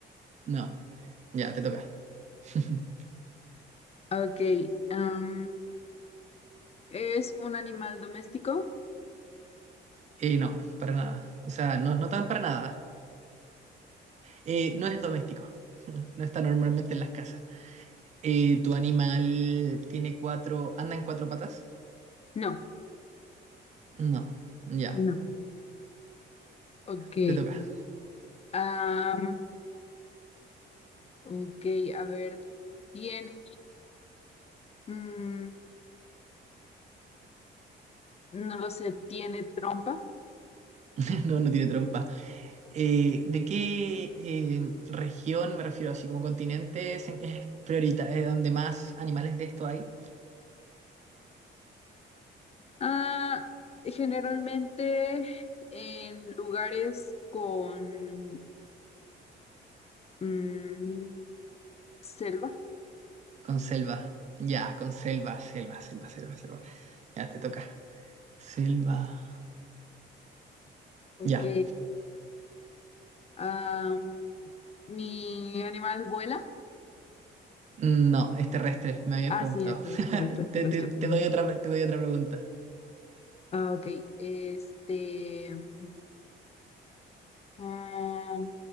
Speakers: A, on the right (about 35°); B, on the left (about 30°).
A: No. Ya, te toca. <laughs>
B: ok, am, ¿es un animal doméstico?
A: Eh, no, para nada. O sea, no, no tan para nada. Eh, no es doméstico. <laughs> No está normalmente en las casas. Eh, ¿tu animal tiene cuatro... anda en cuatro patas?
B: No,
A: No. Ya,
B: no, ok.
A: te toca.
B: Am, ok, a ver, tiene, mm, no lo sé, tiene trompa.
A: <laughs> No, no tiene trompa. eh, ¿de qué eh, región, me refiero así como continente, es, en- es priorita, eh, donde más animales de esto hay?
B: Ah, generalmente en lugares con mm, selva.
A: Con selva. Ya, con selva, selva, selva, selva, selva. Ya, te toca. Selva.
B: Ok.
A: Ya.
B: am, mi animal vuela.
A: No, es terrestre, me habías
B: Ah,
A: preguntado.
B: sí, cierto, es terrestre, es
A: Te,
B: terrestre,
A: te-
B: perdón.
A: te doy otra, pre- te doy otra pregunta.
B: Ah, ok. Este. mm, ah,